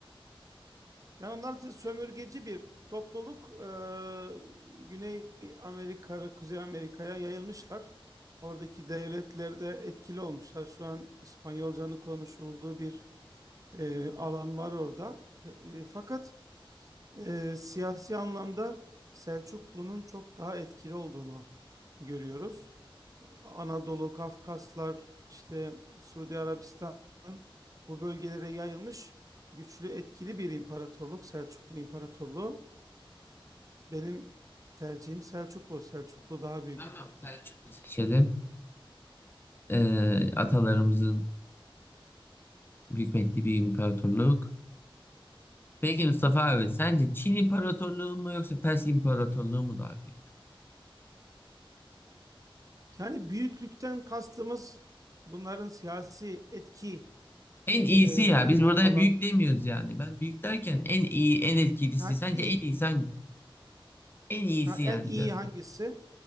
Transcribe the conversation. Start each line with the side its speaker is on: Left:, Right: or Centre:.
Right: Yani onlar da sömürgeci bir topluluk. Ee, Güney Amerika ve Kuzey Amerika'ya yayılmışlar. Oradaki devletlerde etkili olmuşlar. Şu an İspanyolcanın konuşulduğu bir e, alan var orada. E, e, fakat e, siyasi anlamda Selçuklu'nun çok daha etkili olduğunu görüyoruz. Anadolu, Kafkaslar, işte Suudi Arabistan bu bölgelere yayılmış güçlü, etkili bir imparatorluk, Selçuklu İmparatorluğu. Benim tercihim Selçuklu. Selçuklu daha büyük.
Left: tamam Selçuklu seçelim. Ee, atalarımızın hükmettiği bir imparatorluk. Peki Mustafa abi sence Çin İmparatorluğu mu yoksa Pers İmparatorluğu mu daha büyük?
Right: Yani büyüklükten kastımız bunların siyasi etki
Left: En iyisi
Right: e,
Left: ya biz burada
Right: alan
Left: büyük demiyoruz yani. Ben büyük derken en iyi en etkilisi
Right: yani
Left: sence
Right: iyi
Left: en iyi sen en iyisi
Right: ha-
Left: yani
Right: en iyi
Left: biraz.
Right: hangisi?